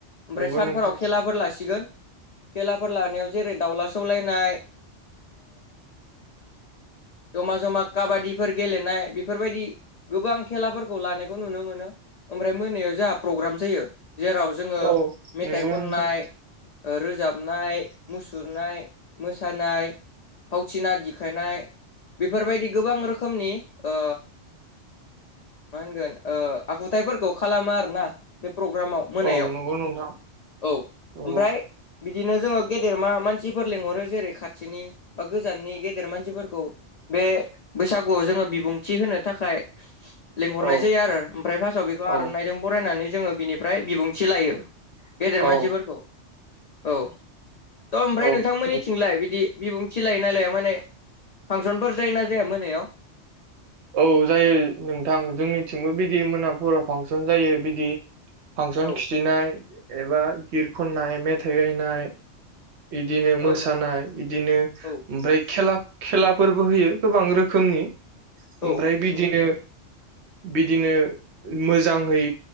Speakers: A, on the left; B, on the right.
A: ओमफ्राय
B: नंगौ
A: सानफोराव
B: नोंथां
A: खेलाफोर लासिगोन खेलाफोर लानायाव जेरै दाउला सौलायनाय जमा जमा काबादिफोर गेलेनाय बेफोरबायदि गोबां खेलाफोरखौ लानायखौ नुनो मोनो ओमफ्राय मोनायाव जोंहा प्रग्राम जायो। जेराव जोङो
B: औ
A: मेथाइ
B: नंगौ
A: खननाय
B: नोंथां
A: ओ रोजाबनाय मुसुरनाय मोसानाय फावथिना दखायनाय बेफोरबायदि गोबां रोखोमनि ओ मा होनगोन आखुथायाइफोरखौ खालामा आरो ना बे प्रग्रामाव मोनायाव
B: औ नंगौ नोंथां
A: औव
B: नंगौ
A: ओमफ्राय बिदिनो जोङो गेदेर मा मानसिफोर लेंंहरो जेरै खाथिनि बा गोजाननि गेदेर मानसिफोरखौ। बे बैसागुआव जोङो बिबुंथि होनो थाखाय लिंहरनाय
B: औ
A: जायो आरो ओमफ्राय फार्स्टआव बेखौ
B: औ
A: आर'नाइजों बरायनानै जोङो बिनिफ्राय बिबुंथि लायो। गेदेर
B: औ
A: मानसिफोरखौ औव थ' ओमफ्राय
B: औ
A: नोंथांमोननिथिंलाय बिदि बिबुंथि लायो नालाया माने फांसनफोर जायो ना जाया मोनायाव।
B: औव जायो नोंथां जोंनिथिंबो बिदि मोनाफुराव फांसन जायो बिदि फांसन
A: औ
B: खिथिनाय एबा गित खननाय मेथाइ गायनाय इदिनो मोसानाय
A: औ
B: इदिनो
A: औ
B: ओमफ्राय खेला खेलाफोरबो होयो गोबां रोखोमनि
A: औ
B: ओमफ्राय बिदिनो
A: नंगौ नोंथां
B: बिदिनो मोजाङै